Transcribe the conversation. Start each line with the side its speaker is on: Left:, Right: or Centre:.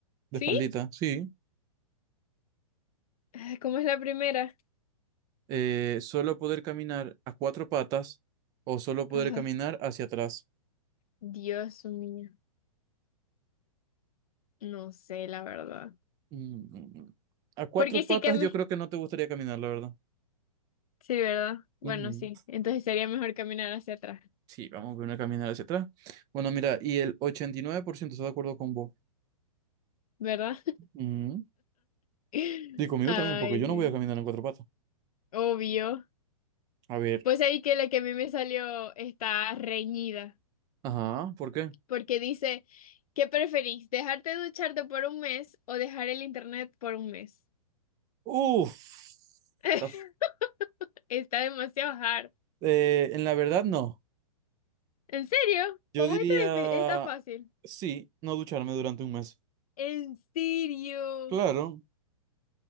Right: De
Left: ¿Sí?
Right: espaldita, sí.
Left: Ah, ¿Cómo es la primera?
Right: Eh, solo poder caminar a cuatro patas o solo poder
Left: Ah,
Right: caminar hacia atrás.
Left: Dios mío. No sé, la verdad.
Right: Mm, A cuatro
Left: Porque
Right: patas
Left: sí que me...
Right: yo creo que no te gustaría caminar, la verdad.
Left: Sí, ¿verdad? Bueno,
Right: Ujú.
Left: sí. Entonces sería mejor caminar hacia atrás,
Right: Sí, vamos a ver una caminar hacia atrás. Bueno, mira, y el 89% está de acuerdo con vos.
Left: ¿verdad?
Right: Ujú.
Left: <laughs>
Right: Y conmigo
Left: Ay,
Right: también, porque yo no
Left: sí.
Right: voy a caminar en cuatro patas.
Left: Obvio.
Right: A ver.
Left: Pues ahí que la que a mí me salió está reñida.
Right: Ajá, ¿por qué?
Left: porque dice, ¿qué preferís? ¿Dejarte de ducharte por un mes o dejar el internet por un mes?
Right: Uf.
Left: <laughs>
Right: Está f-
Left: Está demasiado hard.
Right: eh, en la verdad, no.
Left: ¿En serio?
Right: Yo
Left: ¿Para
Right: diría,
Left: vos está, difí- está fácil?
Right: sí, no ducharme durante un mes.
Left: ¿En serio?
Right: Claro,